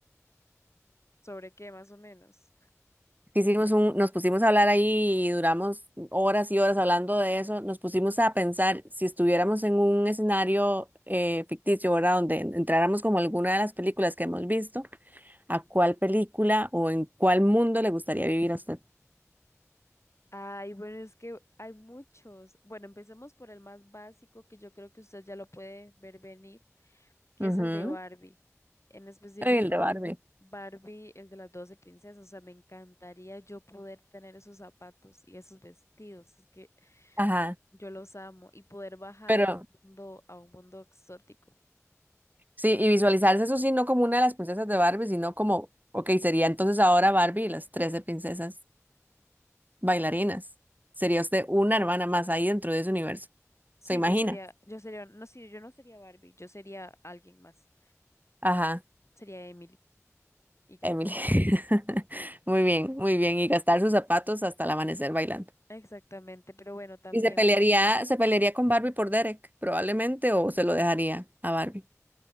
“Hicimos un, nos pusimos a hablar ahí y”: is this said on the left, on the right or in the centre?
Right